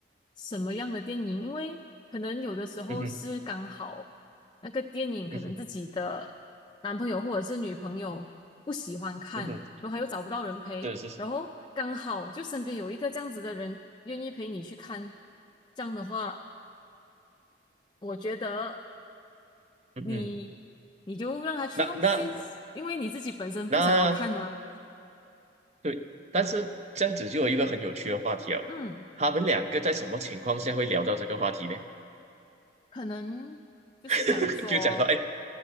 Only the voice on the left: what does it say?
什么样的电影，因为可能有的时候是刚好那个电影可能自己的男朋友或者是女朋友不喜欢看，
然后他又找不到人陪，
然后刚好就身边有一个这样子的人愿意陪你去看，这样的话，我觉得
你你就让他去咯，
先因为你自己本身不想要看嘛。
嗯，
可能就是讲说，